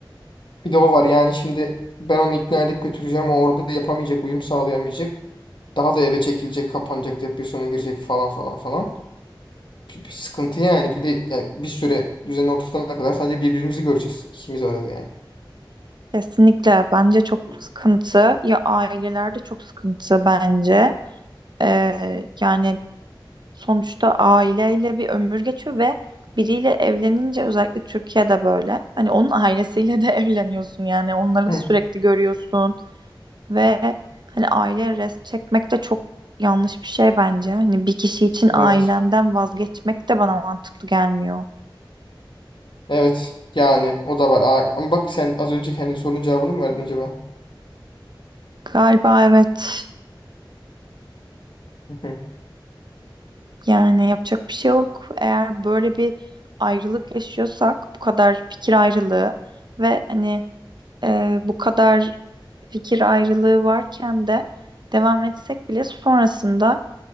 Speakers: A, on the left; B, on the right.
A: Bir de o var. Yani şimdi ben onu ikna edip götüreceğim. O orada yapamayacak, uyum sağlayamayacak. Daha da eve çekilecek, kapanacak, depresyona girecek falan falan falan. bir, bir sıkıntı yani. Bir de yani bir süre düzenine oturtana kadar sadece birbirimizi göreceğiz. İkimiz varız yani.
B: Kesinlikle
A: O-
B: bence çok sıkıntı. Ya ailelerde çok sıkıntı bence. Ee, yani sonuçta aileyle bir ömür geçiyor ve biriyle evlenince özellikle Türkiye'de böyle. Hani onun ailesiyle de <laughs> evleniyorsun yani onları
A: Hı,
B: da sürekli görüyorsun. Ve hani aile rest çekmek de çok yanlış bir şey bence. Hani bir kişi için
A: evet.
B: ailenden vazgeçmek de bana mantıklı gelmiyor.
A: Evet. Yani o da var. Aa, ama bak sen az önce kendi sorunun cevabını mı verdin acaba?
B: Galiba evet.
A: Hı hı.
B: Yani yapacak bir şey yok. Eğer böyle bir ayrılık yaşıyorsak bu kadar fikir ayrılığı ve hani e, bu kadar fikir ayrılığı varken de devam etsek bile sonrasında